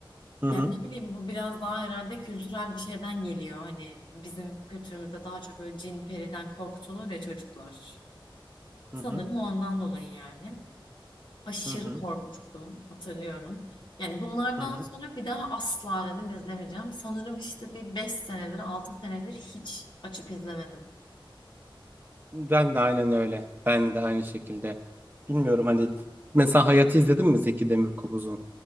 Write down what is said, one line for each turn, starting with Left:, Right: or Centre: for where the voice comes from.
Right: Hı
Left: Yani
Right: hı.
Left: ne bileyim bu biraz daha herhalde kültürel bir şeyden geliyor. Hani bizim kültürümüzde daha çok böyle cin periden korkutulur ya çocuklar.
Right: Hı
Left: Sanırım
Right: hı.
Left: ondan dolayı yani. Aşırı
Right: Hı hı.
Left: korkmuştum hatırlıyorum. Yani bunlardan
Right: Hı hı.
Left: sonra bir daha asla dedim izlemeyeceğim. Sanırım işte bir 5 senedir 6 senedir hiç açıp izlemedim.
Right: Ben de aynen öyle. Ben de aynı şekilde. Bilmiyorum hani mesela Hayat'ı izledin mi Zeki Demirkubuz'un?